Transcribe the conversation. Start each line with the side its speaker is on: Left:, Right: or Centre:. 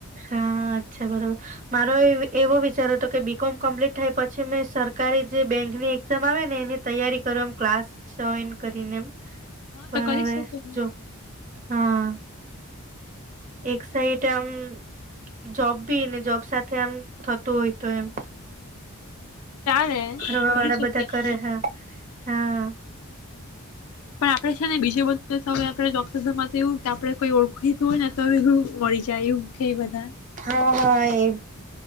Right: હા અચ્છા બરોબર મારો એ એવો વિચાર હતો કે બી કોમ કમ્પ્લીટ થાય પછી મેં સરકારી જે બેન્કની એક્ઝામ આવે ને એની તૈયારી કરો એમ ક્લાસ જોઈન કરીને એમ
Left: હા
Right: પણ
Left: તો કરી
Right: હવે
Left: શકીએ ને
Right: જો હા એકસાહીટ આમ જોબ બી ને જોબ સાથે એમ થતું હોય તો એમ
Left: ચાલે
Right: કરવાળા
Left: કરી શકીએ
Right: બધા કરે
Left: આપણે
Right: હા હા
Left: પણ આપણે છે ને બીજું બુ તો આપમાં એવું કે આપણે કોઈ ઓળખીહોય ને તું મળી જાય એવું કે બધા
Right: હા હા એ